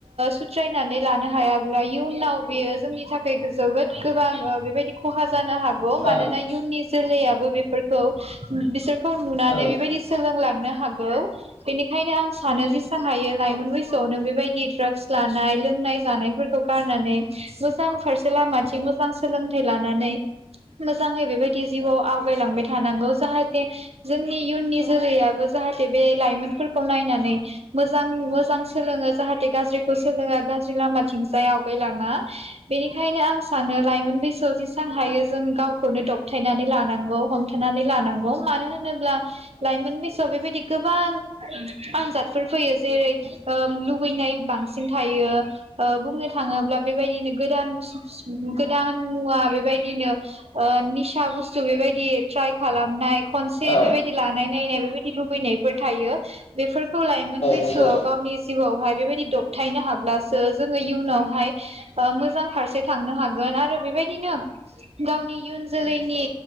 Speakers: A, on the right; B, on the left.
A: सुथ्रायनानै लानो हायाब्ला इयुनाव बियो जोंनि थाखैय जोबोद गोबां बेबायदि खहा जानो हागौ मानोना
B: ओ
A: इयुननि जोलैयाबो बेफोरखौ बिसोर खौ नुनानै
B: औ
A: बेबायदि सोलोंलांनो हागौ बेनि खायनो आं सानो जेसां हायो लाइमोन बैसोआवनो बेबायदि ड्रागस लानाय लोंनाय जानायफोरखौ गारनानै दस मोजां फारसे लामाथिं मोजां सोलोंथाइ लानानै मोजाङै बेबायदि जिउआव आवगायलांबाय थानांगौ जाहाथे जोंनि इयुननि जोलैयाबो जाहाथे बे लाइमोनफोरखौ नायनानै मोजां मोजां सोलोङो जाहाथे गाज्रिखौ सोलोङा गाज्रि लामाथिंजाय आवगायलाङा बेनिखायनो आं सानो लाइमोन बैसोआव जेसां हायो जों गावखौनो दबथायनानै लानांगौ हमथानानै लानांगौ मानो होन नोब्ला लाइमोन बैसोआव बेबायदि गोबां आनजादफोर फैयो जेरै ओ लुबैनाय बांसिन थायो ओ बुंनो थाङोब्ला बेबायदिनो गोदान <unintelligible> गोदान मुवा बेबायदिनो निसा बुस्थु बेबायदि ट्राय खालामनाय खनसे
B: औ
A: बेबायदि लानाय नायनाय बेबायदि लुबैनायफोर थायो बेफोरखौ लाइमोन बैसोआव
B: नंगौ
A: गावनि जिउआवहाय बेबायदि दबथायनो हाब्लासो जोङो इयुनावहाय ओ मोजां फारसे थांनो हागोन आरो बेबायदिनो गावनि इयुन जोलैनि